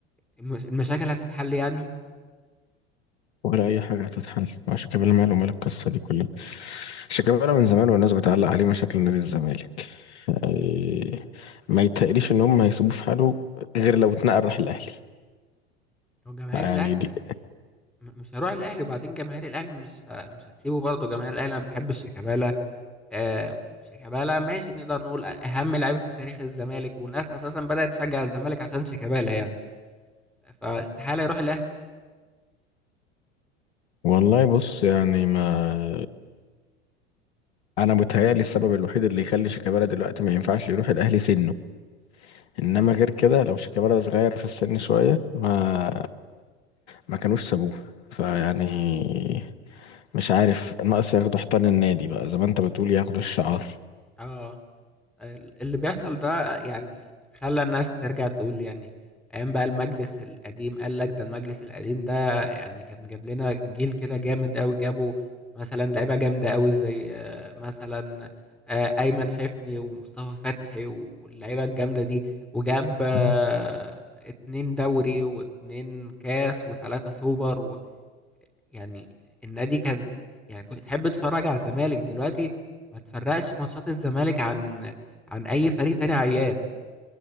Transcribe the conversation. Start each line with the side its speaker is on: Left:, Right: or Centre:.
Centre: المش- المشاكل هتتحل يعني
Left: ولا أي حاجة هتتحل مع شيكابالا ماله مال القصة دي كلها شيكابالا من زمان والناس بتعلق عليه مشاكل نادي الزمالك إيه، ما يتقريش إن هم هيسيبوه في حاله غير لو اتنقل راح الأهلي
Centre: هو جماهير
Left: يعني
Centre: الاهلي مش
Left: دي
Centre: م- مش هروح الاهلي وبعدين جماهير الاهلي مش ه... مش هتسيبه برضه جماهير الاهلي ما بتحبش شيكابالا آه شيكابالا ماشي نقدر نقول اهم لعيب في تاريخ الزمالك والناس اساسا بدأت تشجع الزمالك عشان شيكابالا يعني فاستحالة يروح الاهلي
Left: والله بص يعني ما انا متهيألي السبب الوحيد اللي يخلي شيكابالا دلوقتي ما ينفعش يروح الاهلي سنه انما غير كده لو شيكابالا صغير في السن شويه ما ما كانوش سابوه فيعني مش عارف ناقص ياخدوا حيطان النادي بقى زي ما انت بتقول ياخدوا الشعار
Centre: اه اللي بيحصل ده يعني خلى الناس ترجع تقول يعني ايام بقى المجلس القديم قال لك ده المجلس القديم ده يعني كان جاب لنا جيل كده جامد قوي جابوا مثلا لعيبه جامده قوي زي آه، مثلا آه، ايمن حفني ومصطفى فتحي واللعيبه الجامده دي وجاب آه،
Left: مم.
Centre: اتنين دوري واتنين كاس وتلاته سوبر يعني النادي كان يعني كنت تحب تتفرج على الزمالك دلوقتي ما تفرقش ماتشات الزمالك عن عن اي فريق تاني عيان